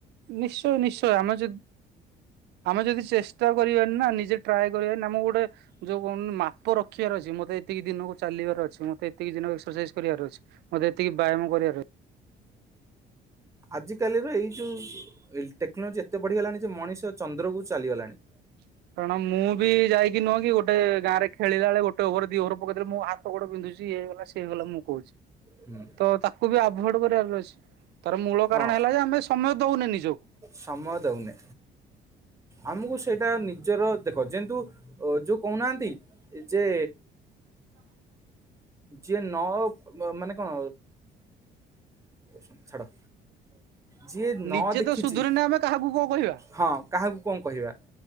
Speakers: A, on the right; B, on the right.
A: ନିଶ୍ଚୟ ନିଶ୍ଚୟ ଆମେ ଯଦି ଆମେ ଯଦି ଚେଷ୍ ଷ୍ଟା କରିବାନି ନା ନିଜେ ଟ୍ରାଏ କରିବାନି ଆମର ଗୋଟେ ଯୋଉ କହନ୍ତି ମାପ ରଖିବାର ଅଛି ମୋତେ ଏତିକି ଦିନକୁ ଚାଲିବାର ଅଛି ମତେ ଏତିକି ଦିନ ଏକ୍ସରସାଇଜ୍ କରିବାର ଅଛି ମତେ ଏତିକି ବ୍ୟାୟାମ କରିବାର ଅଛି
B: ଆଜି କାଲିର ଏଇ ଯୋଉ ଟେକ୍ନୋଲୋଜି ଏତେ ବଢିଗଲାଣି ଯେ ମଣିଷ ଚନ୍ଦ୍ରକୁ ଚାଲିଗଲାଣି।
A: <inaudible> କାରଣ ମୁଁ ବି ଯାଇକି ନୁହଁ କି ଗୋଟେ ଗାଁରେ ଖେଳିଲା ବଳେ ଗୋଟେ ଓଭର ଦି ଓଭର ପକେଇଦେଲେ ମୋ ହାତ ଗୋଡ ବିନ୍ଧୁଛି। ଇଏ ହେଇଗଲା ସିଏ ହେଇଗଲା ମୁଁ କହୁଛି
B: ହୁଁ
A: ତ ତାକୁ ବି ଆଭଏଡ୍ କରିବାର ଅଛି। ତାର ମୂଳ କାରଣ
B: ହଁ
A: ହେଲା ଯେ ଆମେ ସମୟ ଦଉନେ ନିଜକୁ।
B: ସମୟ ଦଉନି। ଆମକୁ ସେଇଟା ନିଜର ଦେଖ ଯେହତୁ ଯୋଉ କହୁନାହାନ୍ତି ଯେ
A: <inaudible>
B: ଯିଏ ନଅ ମାନେ କଣ ଛାଡ ଯିଏ ନ
A: ନିଜେ
B: ଦେଖିଛି
A: ତ ସୁଧୁରିନେ ଆମେ କାହାକୁ କଣ କହିବା
B: ହଁ କାହାକୁ କଣ କହିବା?